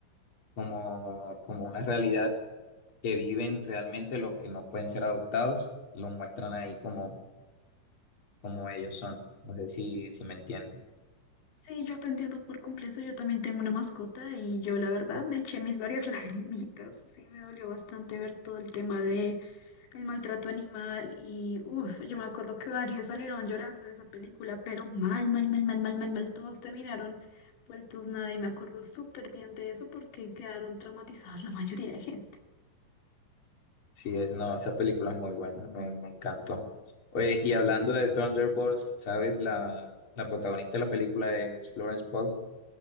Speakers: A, on the left (about 30°); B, on the left (about 75°).
A: como, como una realidad que viven realmente los que no pueden ser adoptados, los muestran ahí como, como ellos son. No sé si, si me entiendes.
B: Sí, yo te entiendo por completo. Yo también tengo una mascota y yo la verdad me eché mis varias <laughs> lagrimitas. Sí, me dolió bastante ver todo el tema de el maltrato animal y uff, yo me acuerdo que varios salieron llorando de esa película, pero mal, mal, mal, mal, mal, mal, mal, todos terminaron vueltos nada y me acuerdo súper bien de eso porque quedaron traumatizadas la mayoría de gente.
A: Sí, es, no, esa película es muy buena, me, me encantó. Oye, y hablando de Thunderbolts, ¿sabes? La, la protagonista de la película es Florence Pugh.